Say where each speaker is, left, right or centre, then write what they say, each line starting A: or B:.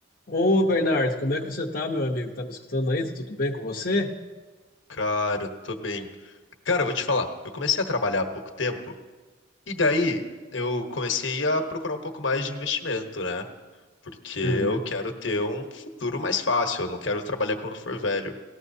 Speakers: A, on the left; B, on the left.
A: Ô, Bernardo, como é que você tá, meu amigo? Tá me escutando aí? Tá tudo bem com você?
B: Cara, eu tô bem. Cara, eu vou te falar, eu comecei a trabalhar há pouco tempo, e daí eu comecei a procurar um pouco mais de investimento, né? Porque eu
A: Uhum,
B: quero ter um futuro mais fácil, eu não quero trabalhar quando eu for velho.